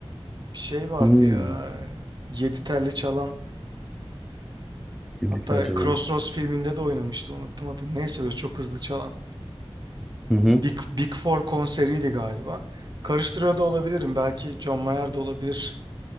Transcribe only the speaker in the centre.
Hmm.
Kimdi
ki acaba?
Hı hı.